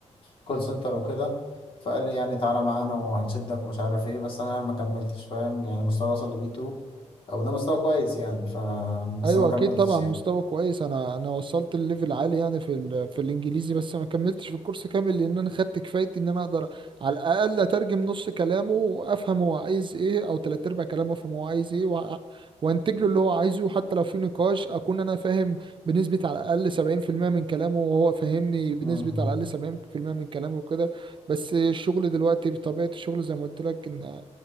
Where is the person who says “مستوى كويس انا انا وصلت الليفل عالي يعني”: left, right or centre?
Right